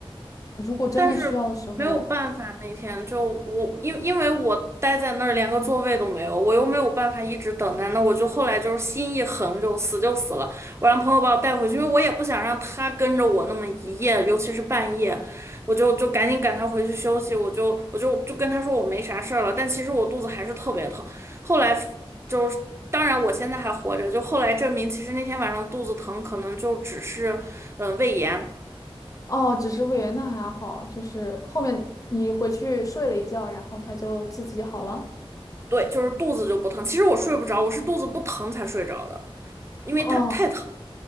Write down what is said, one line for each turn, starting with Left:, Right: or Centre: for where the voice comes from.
Left: 如果真的需要的时候，
Right: 但是没有办法，那天就我因因为我待在那儿连个座位都没有，我又没有办法一直等待，那我就后来就是心一横，就死就死了。我让朋友把我带回去，因为我也不想让他跟着我那么一夜，尤其是半夜，我就就赶紧赶他回去休息。我就我就就跟他说我没啥事儿了，但其实我肚子还是特别疼。后来就是。当然，我现在还活着。就后来证明，其实那天晚上肚子疼，可能就只是，呃，胃炎。
Left: 哦，只是胃炎那还好，就是后面你回去睡了一觉，然后他就自己好了。
Right: 对，就是肚子就不疼。其实我睡不着，我是肚子不疼才睡着的，因为它太疼。
Left: 嗯，